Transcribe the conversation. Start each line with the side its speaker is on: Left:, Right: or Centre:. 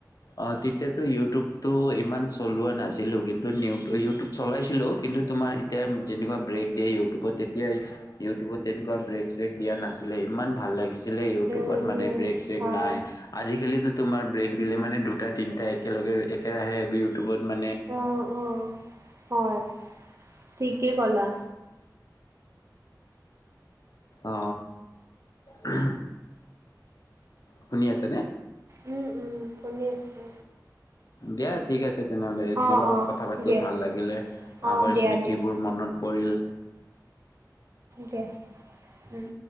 Left: অ তেতিয়াতো ইউটিউব তো ইমান চলোৱা নাছিলো কিন্তু নিউ ইউটিউব চলাইছিলো কিন্তু তোমাৰ এতিয়া যেনেকোৱা ব্ৰেক দিয়ে ইউটিউবত তেতিয়াই ইউটিউবত তেনেকোৱা ব্ৰেক চেক দিয়া নাছিলে ইমান ভাল লাগি ছিলে ইউটিউবত
Right: উম
Left: মানে
Right: উম
Left: ব্ৰেক চেক
Right: হয়।
Left: নাই আজিকালিতো তোমাৰ ব্ৰেক দিলে মানে দুটা তিনিটা একেলগে একেৰাহে ইউটিউবত মানে
Right: অ অ হয় ঠিকেই ক'লা
Left: অহ উহ শুনি আছা নে
Right: উম উম শুনি আছো
Left: দিয়া ঠিক আছে তেনেহলে তোমাৰ
Right: অ
Left: লগত
Right: অ
Left: কথা পাতি
Right: দিয়া
Left: ভাল লাগিলে
Right: অ
Left: আগৰ
Right: দিয়া
Left: স্মৃতিবোৰ
Right: দিয়া
Left: মনত পৰিল
Right: দিয়া উম